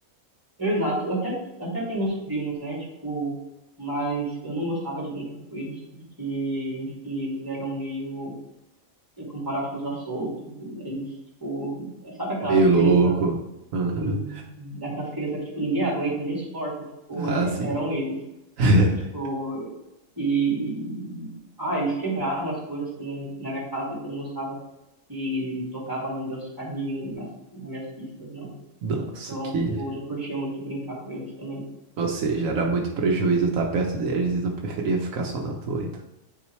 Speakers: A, on the right; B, on the right.
A: Exato, eu até, até tenho uns primos, né, tipo, mas eu não gostava de brincar com eles porque, enfim, eles eram meio é, com parafuso a solto, eles, tipo, sabe aquelas
B: Meio
A: crianças
B: louco. Aham.
A: e aquelas crianças que, tipo, ninguém aguenta, ninguém suporta, tipo,
B: Ah,
A: era-
B: sim.
A: eram eles.
B: <laughs>
A: E, tipo, e... Ah, eles quebravam as coisas quando, na minha casa, então eu não gostava que tocava nos meus carrinhos, nas, nas minas pistas, não.
B: Nossa,
A: Então,
B: que.
A: tipo, eu não curtia muito brincar com eles também.
B: Ou seja, era muito prejuízo estar perto deles e não preferia ficar só na tua, então.